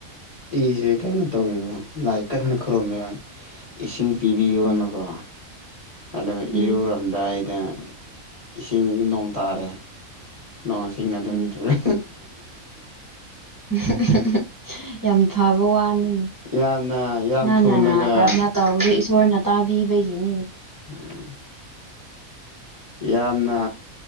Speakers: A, on the left (about 30°); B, on the right (about 20°).
A: ꯏꯁꯦ ꯀꯩꯅꯣ ꯇꯧꯋꯦꯕꯀꯣ ꯂꯥꯏ ꯀꯟꯅ ꯈꯨꯔꯨꯝꯃꯦꯕ ꯏꯁꯤꯡ ꯄꯤꯕꯤꯌꯣꯅꯀꯣ
B: ꯎꯝ
A: ꯑꯗꯨꯒ
B: ꯎꯝ
A: ꯏꯔꯨꯔꯝ ꯗꯥꯏꯗ ꯏꯁꯤꯡ ꯅꯣꯡ ꯇꯥꯔꯦ ꯅꯣꯡꯁꯤꯡꯅ ꯑꯗꯨꯝ
B: ꯎꯝ
A: ꯏꯔꯨꯔꯦ
B: <unintelligible> ꯌꯥꯝ ꯐꯕ ꯋꯥꯅꯤꯅꯦ
A: ꯌꯥꯝꯅ ꯌꯥꯝ
B: ꯅꯥꯅꯕꯔ꯫
A: ꯊꯨꯅꯒ
B: ꯇꯧꯕꯗꯤ ꯏꯁꯣꯔꯅ ꯇꯥꯕꯤꯕꯒꯤꯅꯤꯅꯦ꯫
A: ꯎꯝ ꯌꯥꯝꯅ